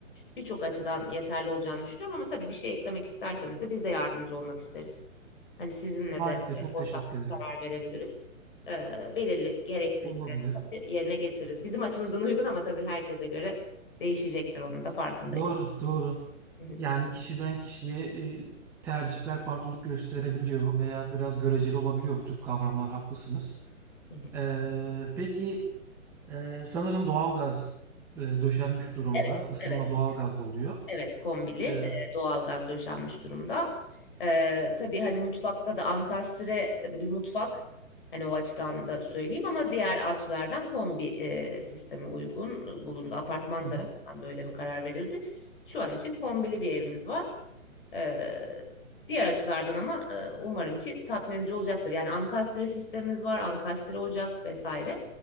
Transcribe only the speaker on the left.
Birçok açıdan yeterli olacağını düşünüyorum ama tabii bir şey eklemek isterseniz de biz de yardımcı olmak isteriz. Hani sizinle
de e,
ortak
karar verebiliriz. E, belirli gereklilik
yerine getiririz. Bizim açımızdan uygun ama tabii herkese göre değişecektir onun da farkındayız.
Hı hı,
hı hı.
Evet,
evet,
evet kombili e,
doğalgaz döşenmiş durumda. E, tabii hani mutfakta da ankastre e, bir mutfak hani o açıdan da söyleyeyim ama diğer açılardan kombi e, sistemi uygun bulundu. Apartman
tarafından da öyle bir karar verildi. Şu an için kombili bir evimiz var. Eee, diğer açılardan ama eee, umarım ki tatmin edici olacaktır. Yani ankastre sistemimiz var, ankastre ocak vesaire.